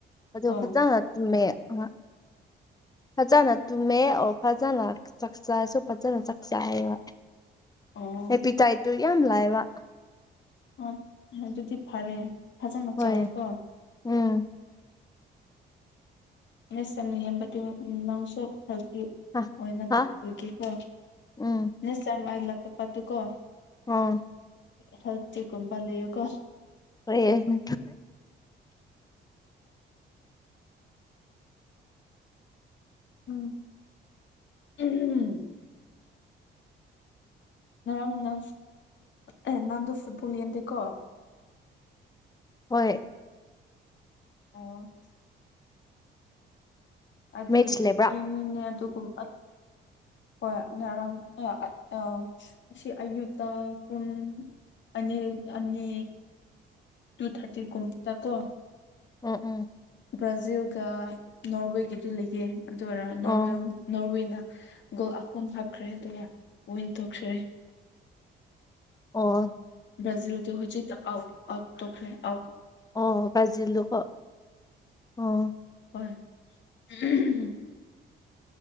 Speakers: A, on the left; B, on the left.
A: ꯑꯗꯨ
B: ꯍꯣꯏ
A: ꯐꯖꯅ ꯇꯨꯝꯃꯦ ꯑ ꯐꯖꯅ ꯇꯨꯝꯃꯦ ꯑꯣꯔ ꯐꯖꯅ ꯆꯥꯛꯆꯥꯁꯨ ꯐꯖꯅ ꯆꯥꯛ ꯆꯥꯏꯕ
B: ꯑꯣ
A: ꯍꯦꯄꯤꯇꯥꯏꯠꯇꯨ ꯌꯥꯝ ꯂꯥꯏꯑꯕ
B: ꯑ ꯑꯗꯨꯗꯤ ꯐꯔꯦ ꯐꯖꯅ
A: ꯍꯣꯏ
B: ꯆꯥꯔꯣ ꯀꯣ
A: ꯎꯝ
B: ꯌꯦꯁꯁꯥ ꯅꯌꯥꯝꯕꯗꯨ ꯅꯪꯁꯨ ꯍꯦꯜꯊꯤ
A: ꯍꯥ
B: ꯑꯣꯏꯅ
A: ꯍꯥ
B: ꯂꯥꯛꯄꯒꯦꯀꯣ
A: ꯎꯝ
B: ꯅꯁ ꯆꯔ ꯑꯥꯏ ꯂꯥꯛꯄꯄ ꯑꯗꯨ ꯀꯣ
A: ꯎꯝ
B: ꯍꯦꯜꯇꯤ ꯒꯨꯝꯕ ꯂꯩꯌꯣ ꯀꯣ
A: ꯄꯦꯟꯅ
B: ꯎꯝ ꯎꯝꯍꯝ
A: ꯑꯟꯑꯣꯗꯤꯕꯜ
B: ꯅꯔꯥꯡ ꯅ ꯑꯦ ꯅꯪꯗꯣ ꯐꯨꯠꯕꯣꯜ ꯌꯦꯟꯗꯦꯀꯣ
A: ꯍꯣꯏ
B: ꯑꯣ ꯑꯗꯤ
A: ꯃꯦꯠꯁ ꯂꯩꯕ꯭ꯔꯥ
B: ꯌꯦꯡꯅꯤꯡꯉꯦ ꯑꯗꯨꯒꯨꯝ ꯍꯣꯏꯅꯔꯝ ꯑ ꯑꯁꯤ ꯑꯌꯨꯛꯇ ꯄꯨꯡ ꯑꯅꯤ ꯑꯅꯤ ꯇꯨ ꯊꯥꯔꯇꯤ ꯀꯨꯝꯨꯝ ꯇ ꯀꯣ
A: ꯎꯝ ꯎꯝ
B: ꯕ꯭ꯔꯥꯖꯤꯜꯒ ꯅꯣꯔꯋꯦꯒꯤꯗꯨ ꯂꯩꯌꯦ ꯑꯗꯨ ꯑꯣꯏꯔꯣ
A: ꯑꯣ
B: ꯅꯣꯔꯋꯦꯜ ꯅꯣꯔꯋꯦꯅ ꯒꯣꯜ ꯑꯍꯨꯝ ꯍꯥꯞꯈ꯭ꯔꯦ ꯑꯗꯨꯒ ꯋꯤꯟ ꯇꯧꯈ꯭ꯔꯦ
A: ꯑꯣ
B: ꯕ꯭ꯔꯥꯖꯤꯜꯗ ꯍꯧꯖꯤ ꯇꯈ꯭ꯔꯦꯥꯎ
A: ꯑꯣ ꯖꯤ ꯂꯨꯀ ꯑꯣ
B: <inaudible>